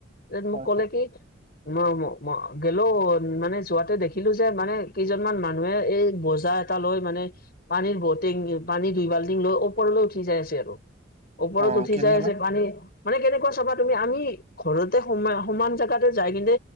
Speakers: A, on the left (about 50°); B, on the right (about 35°).
A: তেওঁ
B: হয়
A: মোক ক'লে
B: হয়।
A: কি ম ম গ'লেও মানে যোৱাতে দেখিলোঁ যে মা কেইজনমান মানুহে এই বোজা এটা লৈ মানে পানীৰ বটিং, পানী দুই বাল্টিং লৈ ওপৰলৈ উঠি যাই আছে আৰু ওপৰত
B: অ
A: উঠি
B: কেলে
A: যাই আছে
B: বা
A: পা নী মানে কেনেকুৱা চাবা তুমি, আমি ঘৰতে সোমাই সমান জাগাতে যাই কিনে